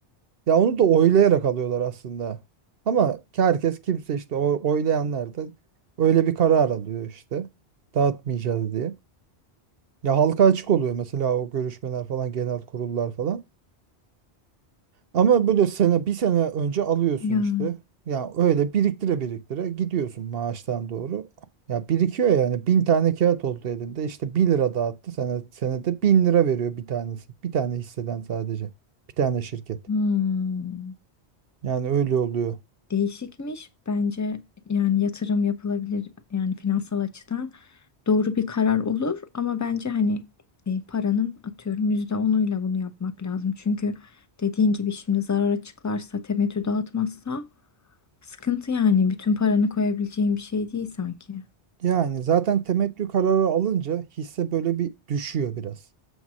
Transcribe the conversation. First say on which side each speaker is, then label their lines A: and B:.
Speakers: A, on the right (about 60°); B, on the left (about 20°).
A: Ya onu da oylayarak alıyorlar aslında. Ama herkes kimse işte o oylayanlar da öyle bir karar alıyor işte dağıtmayacağız diye. Ya halka açık oluyor mesela o görüşmeler falan genel kurullar falan. Ama böyle sene bir sene önce alıyorsun
B: Ya.
A: işte. Ya öyle biriktire biriktire gidiyorsun maaştan doğru. Ya birikiyor yani bin tane kağıt oldu elinde işte bir lira dağıttı sene senede bin lira veriyor bir tanesi. Bir tane hisseden sadece bir tane şirket.
B: Hmm.
A: Yani öyle oluyor.
B: Değişikmiş. Bence yani yatırım yapılabilir yani finansal açıdan doğru bir karar olur ama bence hani e, paranın atıyorum yüzde onuyla bunu yapmak lazım. Çünkü dediğin gibi şimdi zarara çıklarsa temettü dağıtmazsa sıkıntı yani bütün paranı koyabileceğin bir şey değil sanki.
A: Yani zaten temettü kararı alınca hisse böyle bir düşüyor biraz.